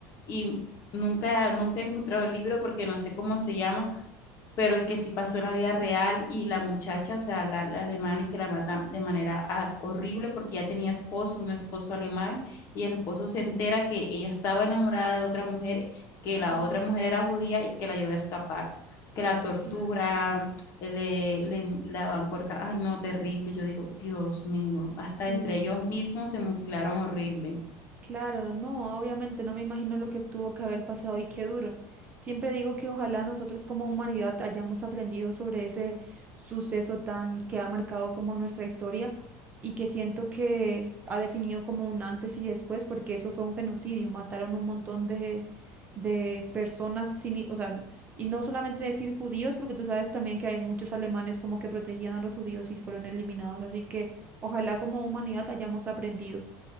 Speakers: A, on the left; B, on the right.
A: y nunca, nunca he encontrado el libro porque no sé cómo se llama, pero que sí pasó en la vida real y la muchacha, o sea, la, la alemana y que la matan de manera ah, horrible porque ya tenía esposo, un esposo alemán, y el esposo se entera que ella estaba enamorada de otra mujer, que la
B: Claro,
A: otra mujer era judía y que la ayudó a escapar, que la tortura,
B: claro.
A: le, le la van cortando, ay no, terrible, yo digo, Dios mío, hasta
B: Sí.
A: entre ellos mismos se mutilaron horrible.
B: Claro, no, obviamente no me imagino lo que tuvo que haber pasado y qué duro. Siempre digo que ojalá nosotros como humanidad hayamos aprendido sobre ese suceso tan que ha marcado como nuestra historia y que siento que ha definido como un antes y después, porque eso fue un genocidio, mataron un montón de, de personas sin, i- o sea, y no solamente decir judíos, porque tú sabes también que hay muchos alemanes como que protegían a los judíos y fueron eliminados, así que ojalá como humanidad hayamos aprendido